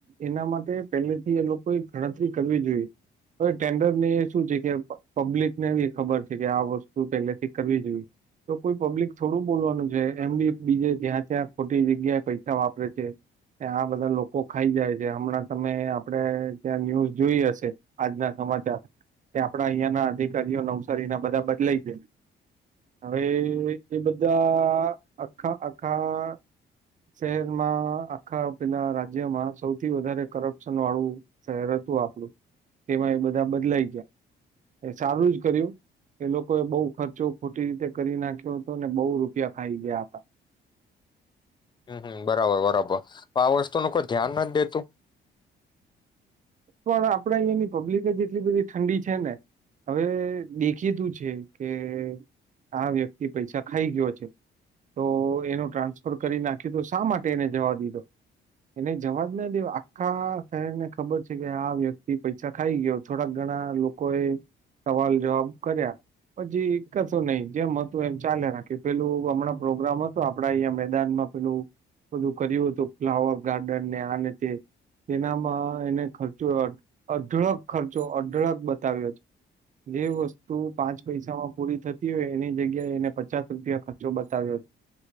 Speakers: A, on the right; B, on the left.
A: એના માટે પહેલેથી એ લોકોએ ગણતરી કરવી જોઈએ હવે ટેન્ડર ની એ શું છે કે પબ્લિક ને ખબર છે, કે આ વસ્તુ પહેલેથી કરવી જોઈએ, તો કોઈ પબ્લિક થોડું બોલવાનું છે એમબી બીજે જ્યાં ત્યાં ખોટી જગ્યાએ પૈસા વાપરે છે, આ બધા લોકો ખાઈ જાય છે, હમણાં તય આપડે ત્યાં ન્યુઝ જોઈ હશે, આજના સમાચાર કે આપડા અહં ના અધિકારીઓ નવસારી ના બધા બદલાય છે, હવે એ બધા આખા આખા શહેરમાં આખા પેલા રાજ્યમાં સૌથી વધારે કરપ્શન વાળું શહેર હતું આપડું, તેમાં એ બધા બદલાઈ ગયા, એ સારું જ કર્યું એ લોકોએ બહુ ખર્ચો ખોટી રીતે કરી નાખ્યો હતો, ને બહુ રૂપિયા ખાઈ ગયા હતા.
B: હમ હમ બરાબર બરાબર આ વસ્તુ નો કોઈ ધ્યાન નથ દેતું.
A: પણ આપડા અહીિયાયાની પબ્લિક જ એટલી બધી ઠંડી છે ને હવે દેખી તું છે કે આ વ્યક્તિ પૈસા ખાઈ ગયો છે તો એનું ટ્રાન્સફર કરી નાખ્યું તો શા માટે એને જવા દીધો એને જવા જ ના દે આખા શહેરને ખબર કે આ વ્યક્તિ પૈસા ખાઈ ગયો થોડાક ઘણા લોકો એ સવાલ જવાબ કર્યા પછી, કસો નહી જેમ હતું એમ ચાલે્યા રાખ્યું પેલું હમણાં પ્રોગ્રામ હતો આપડા અહીંયા મેદાનમાં પેલું બધું કર્યું હતું, ફ્લાવર, ગાર્ડન ને આને તે તેનામાં એને ખર્ચો અઢળક ખર્ચો અઢળક બતાવ્યો છે, એ વસ્તુ પાંચ પૈસામાં પૂરી થતી હોય, એની જગ્યાએ એને પચાસ રૂપિયા ખર્ચો બતાવ્યો છે,